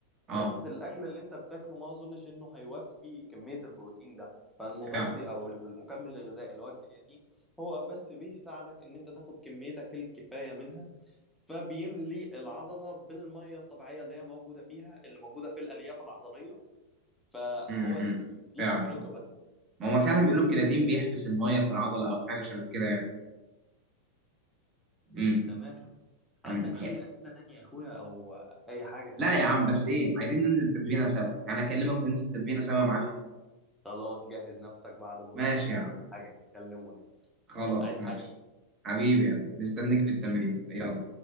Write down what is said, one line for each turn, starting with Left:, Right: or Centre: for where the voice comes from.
Right: اه
Centre: بس الاكل اللي انت بتاكله ما اظنش انه هيوفي كميه البروتين ده فالمغذي
Right: فعلا
Centre: او المكمل الغذائي اللي هو الكرياتين هو بس بيساعدك ان انت تاخد كميتك الكفايه منها فبيملي العضله بالميه الطبيعيه اللي هي موجوده فيها اللي موجوده في الالياف العضليه فهو
Right: امم
Centre: دي ف... دي
Right: فعلا
Centre: فكرته
Right: اه
Centre: بس
Right: ما هو فعلا بيقولوا الكرياتين بيحبس الميه في العضله او حاجه شبه كده يعني امم
Centre: تمام عندك
Right: أمم. يعني-
Centre: اي اسئله تانية يا اخويا او اي حاجه يعني
Right: لا يا عم
Centre: في
Right: بس ايه عايزين ننزل تمرينه سوا يعني اكلمك وننزل تمرينه سوا يا معلم
Centre: خلاص جهز نفسك بعد بكره
Right: ماشي
Centre: كده
Right: يا عم
Centre: ولا حاجه نتكلم وننزل
Right: خلاص
Centre: عايز
Right: ماشي
Centre: حاجه
Right: حبيبي يا عم مستنيك في التمرين يلا